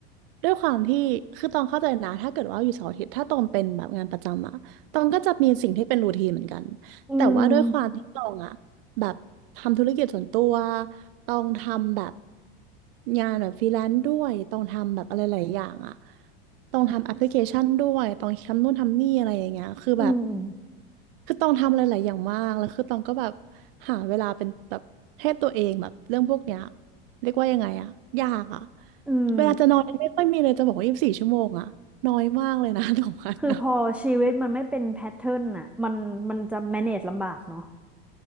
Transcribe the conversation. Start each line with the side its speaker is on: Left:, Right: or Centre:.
Right: ด้วยความที่คือตองเข้าใจนะถ้าเกิดว่าอยู่เสาร์อาทิตย์ถ้าตองเป็นแบบงานประจำอะตองก็จะมีสิ่งที่เป็นรูทีนเหมือนกัน
Centre: อืม
Right: แต่ว่าด้วยความที่ตองอะแบบทำธุรกิจส่วนตัวตองทำแบบงานแบบฟรีแลนซ์ด้วยตองทำแบบอะไรหลายอย่างอะตองทำแอปพลิเคชันด้วยตองทำนู่นทำนี่อะไรอย่างเงี้ยคือแบบ
Centre: อืม
Right: คือต้องทำหลายๆอย่างมากแล้วคือต้องก็แบบหาเวลาเป็นแบบให้ตัวเองแบบเรื่องพวกเนี้ยเรียกว่ายังไงอะยากอะ
Centre: อืม
Right: เวลาจะนอนไม่ค่อยมีเลยจะบอกว่ายี่สิบสี่ชั่วโมงอะน้อยมากเลยนะ <laughs> ต่อวันนะ
Centre: คือพอชีวิตมันไม่เป็นแพทเทิร์นน่ะมันมันจะ manage ลำบากเนาะ